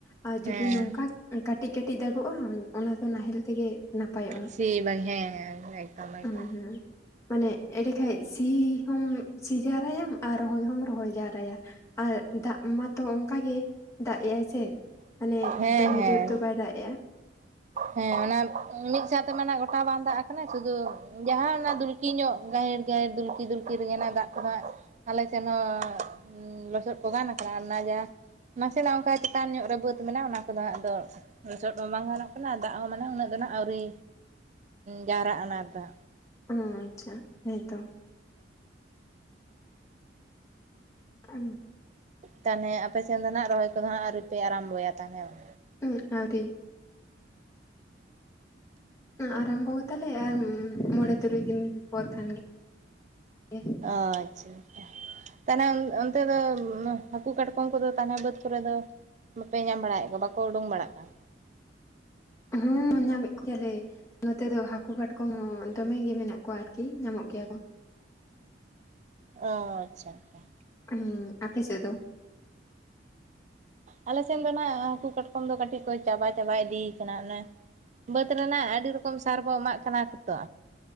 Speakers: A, on the left; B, on the right.
A: ᱟᱨ
B: ᱦᱮᱸ
A: ᱡᱩᱫᱤ ᱱᱚᱝᱠᱟ ᱠᱟᱹᱴᱤᱡ ᱠᱟᱹᱴᱤᱡ ᱫᱟᱜᱚᱜ-ᱟ ᱚᱱᱟ ᱫᱚ ᱱᱟᱦᱮᱞ ᱛᱮᱜᱮ ᱱᱟᱯᱟᱭᱚᱜ-ᱟ
B: ᱥᱤ ᱵᱟᱝ ᱦᱮᱸ ᱦᱮᱸ ᱮᱠᱫᱚᱢ ᱮᱠᱫᱚᱢ
A: ᱦᱩᱸ ᱦᱩᱸ ᱢᱟᱱᱮ ᱮᱸᱰᱮ ᱠᱷᱟᱱ ᱥᱤ ᱦᱚᱢ ᱥᱤ ᱡᱟᱣᱨᱟᱭᱟᱢ ᱟᱨ ᱨᱚᱦᱚᱭ ᱦᱚᱢ ᱨᱚᱦᱚᱭ ᱡᱟᱣᱨᱟᱭᱟ ᱟᱨ ᱫᱟᱜ ᱢᱟᱛᱚ ᱚᱱᱠᱟᱜ ᱜᱮ ᱫᱟᱜ ᱮᱜᱟᱭ ᱥᱮ ᱢᱟᱱᱮ
B: ᱦᱮᱸ
A: ᱫᱚᱢᱮ
B: ᱦᱮᱸ
A: ᱡᱳᱨ ᱫᱚ ᱵᱟᱭ ᱫᱟᱜ ᱮᱜ-ᱟ᱾
B: ᱦᱮᱸ ᱚᱱᱟ ᱢᱤᱫ ᱥᱟᱶᱛᱮ ᱢᱮ ᱜᱚᱴᱟ ᱵᱟᱝ ᱫᱟᱜ ᱠᱟᱱᱟ ᱥᱩᱫᱩ ᱡᱟᱦᱟᱸ ᱚᱱᱟ ᱫᱩᱞ ᱠᱤᱧᱚᱜ ᱜᱟᱹᱦᱮᱤᱨ ᱜᱟᱹᱦᱮᱤᱨ ᱫᱩᱞᱠᱤ ᱫᱩᱞᱠᱤ ᱨᱮᱜᱮᱱᱟᱜ ᱫᱟᱜ ᱠᱚᱫᱚ ᱦᱟᱸᱜ ᱟᱞᱮᱥᱮᱱ ᱦᱚᱸ ᱞᱚᱥᱚᱫ ᱠᱚ ᱜᱟᱱ ᱠᱟᱱᱟ ᱚᱱᱟ ᱡᱟ ᱱᱟᱥᱮᱱᱟᱜ ᱚᱱᱠᱟ ᱪᱮᱛᱟᱱ ᱧᱚᱜ ᱨᱮ ᱵᱟᱹᱫ ᱢᱮᱱᱟᱜᱼᱟ ᱚᱱᱟ ᱠᱚᱫᱚ ᱶᱟᱜ ᱫᱚ, ᱞᱚᱪᱚᱫ ᱦᱚ ᱵᱟᱝ ᱜᱟᱱᱚᱜ ᱠᱟᱱᱟ, ᱫᱟᱜ ᱦᱚᱸ ᱢᱟᱱᱮ ᱩᱱᱟᱹᱜ ᱫᱚ ᱱᱟᱜ ᱟᱹᱣᱨᱤ᱾ ᱡᱟᱣᱨᱟᱜ ᱟᱱᱟ ᱫᱚ᱾
A: ᱚᱸ ᱪᱟᱜ, ᱦᱳᱭᱛᱚ᱾ ᱩᱸ,
B: ᱛᱟᱦᱱᱮ ᱟᱯᱮᱥᱮᱱ ᱫᱚ ᱱᱟᱜ, ᱨᱚᱦᱚᱭ ᱠᱚᱫᱚ ᱦᱟᱸᱜ ᱟᱣᱨᱤᱯᱮ ᱟᱨᱟᱢᱵᱚᱭᱟ, ᱛᱟᱦᱱᱮ ᱶᱟᱜ!
A: ᱩᱸᱜ, ᱟᱣᱨᱤ᱾ ᱟᱨᱟᱢᱵᱚ ᱜᱚᱛᱟᱞᱮᱻ ᱟᱼᱢ ᱢᱚᱨᱮ-ᱛᱩᱨᱩᱭ ᱫᱤᱱ ᱯᱚᱨ ᱠᱷᱟᱱ ᱜᱮ, ᱜᱮ᱾
B: ᱟᱼᱪᱪᱷᱟ-ᱪᱪᱷᱟ᱾ ᱛᱟᱱᱮ ᱚᱱ-ᱚᱱᱛᱮ ᱫᱚ ᱩᱸ ᱢᱮ ᱦᱟᱹᱠᱩ, ᱠᱟᱴᱠᱚᱢ ᱠᱚᱫᱚ ᱛᱟᱱᱮ ᱵᱟᱹᱫᱽ ᱠᱚᱨᱮ ᱫᱚ ᱵᱟᱯᱮ ᱧᱟᱢ ᱵᱟᱲᱟᱭᱮᱜ ᱠᱚᱣᱟ, ᱵᱟᱠᱚ ᱩᱰᱩᱝ ᱵᱟᱲᱟᱜ ᱠᱟᱱ?
A: ᱦᱮᱺᱻ, ᱧᱟᱢᱮᱜ ᱠᱚᱠᱮᱭᱟᱞᱮ᱾ ᱱᱚᱛᱮ ᱫᱚ ᱦᱟᱹᱠᱩ, ᱠᱟᱴᱠᱚᱢ ᱫᱚᱢᱮ ᱜᱮ ᱢᱮᱱᱟᱜ ᱠᱚᱣᱟ, ᱟᱨᱠᱤ ᱧᱟᱢᱚᱜ ᱜᱮᱭᱟ ᱠᱚ᱾
B: ᱚ, ᱟᱪᱪᱷᱟ-ᱪᱷᱟ᱾
A: ᱦᱩᱸ, ᱟᱯᱮ ᱥᱮᱜ ᱫᱚ?
B: ᱟᱞᱮ ᱥᱮᱱ ᱫᱚ ᱱᱷᱟᱜ ᱦᱟᱠᱩ, ᱠᱟᱴᱠᱚᱢ ᱫᱚ ᱠᱟᱹᱴᱤᱡ ᱠᱚ ᱪᱟᱵᱟ-ᱪᱟᱵᱟ ᱤᱫᱤᱭ ᱠᱟᱱᱟ᱾ ᱚᱱᱮ ᱵᱟᱹᱫᱽ ᱨᱮᱱᱟᱜ, ᱟᱰᱤ ᱨᱚᱠᱚᱢ, ᱥᱟᱨ ᱵᱚ ᱮᱢᱟᱜ ᱠᱟᱱᱟ, ᱠᱚ ᱛᱚ!